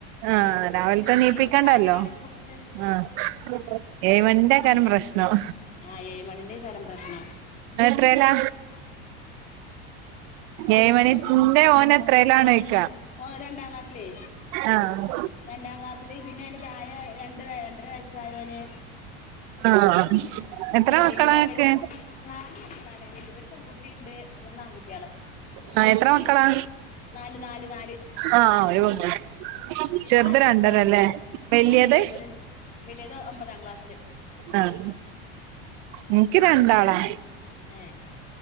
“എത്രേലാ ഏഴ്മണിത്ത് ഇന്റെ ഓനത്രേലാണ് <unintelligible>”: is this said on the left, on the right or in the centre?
Right